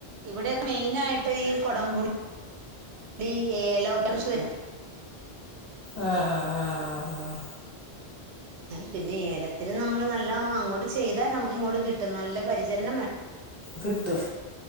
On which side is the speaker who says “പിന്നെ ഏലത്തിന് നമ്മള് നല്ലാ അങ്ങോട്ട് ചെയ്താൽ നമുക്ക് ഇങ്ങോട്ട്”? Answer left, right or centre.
Right